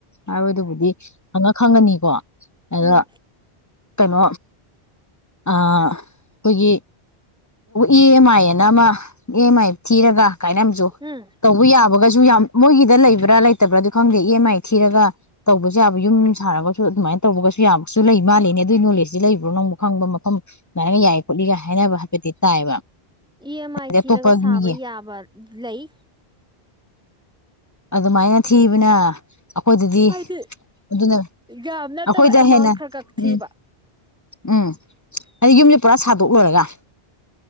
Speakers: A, on the left; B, in the centre.
A: ꯍꯥꯏꯕꯗꯨꯕꯨꯗꯤ ꯈꯪꯅ ꯈꯪꯉꯅꯤꯀꯣ ꯑꯗ
B: ꯎꯝ
A: ꯀꯩꯅꯣ ꯑꯥ ꯑꯩꯈꯣꯏꯒꯤ ꯏ ꯑꯦꯝ ꯑꯥꯏ ꯑꯅ ꯑꯃ ꯏ ꯑꯦꯝ ꯑꯥꯏ ꯊꯤꯔꯒ ꯀꯥꯏꯅ ꯑꯃꯁꯨ
B: ꯎꯝ
A: ꯇꯧꯕ ꯌꯥꯕꯒꯥꯁꯨ ꯨ ꯌꯥꯝ ꯃꯣꯏꯒꯤꯗ ꯂꯩꯕ꯭ꯔꯥ ꯂꯩꯇꯕ꯭ꯔꯥ ꯑꯗꯨ ꯈꯪꯗꯦ ꯏ ꯑꯦꯝ ꯑꯥꯏ ꯊꯤꯔꯒ ꯇꯧꯕꯁꯨꯦ ꯌꯥꯕ ꯌꯨꯝ ꯁꯥꯔꯒ <unintelligible> ꯇꯧꯕꯒꯁꯨ ꯌꯥꯕꯁꯨ ꯂꯩ ꯃꯥꯜꯂꯤꯅꯦ ꯑꯗꯨꯒꯤ ꯅꯣꯂꯦꯖꯇꯁꯤ ꯂꯩꯕ꯭ꯔꯣ ꯅꯪꯕꯨ ꯈꯪꯕ ꯃꯐꯝ ꯑꯗꯨꯃꯥꯏꯅ ꯌꯥꯏ ꯈꯣꯠꯂꯤꯒ ꯍꯥꯏꯅꯕ ꯇꯥꯏꯌꯦꯕ
B: ꯏ ꯑꯦꯝ ꯑꯥꯏ
A: ꯑꯗꯩ
B: ꯊꯤꯔꯒ
A: ꯑꯇꯣꯞꯄ
B: ꯁꯥꯕ
A: ꯃꯤꯒꯤ
B: ꯌꯥꯕ ꯂꯩ
A: ꯑꯗꯨꯗ ꯃꯌꯥ ꯊꯤꯕꯅ ꯑꯩꯈꯣꯏꯗꯗꯤ
B: ꯍꯥꯏꯗꯤ
A: ꯑꯗꯨꯅ
B: ꯌꯥꯝ ꯅꯠꯇꯕ
A: ꯑꯩꯈꯣꯏꯗ
B: ꯑꯦꯃꯥꯎꯟ
A: ꯍꯦꯟꯅ
B: ꯈꯔ ꯈꯛ ꯊꯤꯕ
A: ꯎꯝ ꯎꯝ ꯑꯗꯤ ꯌꯨꯝꯁꯦ ꯄꯨꯔꯥ ꯁꯥꯗꯣꯛꯂꯨꯔꯒ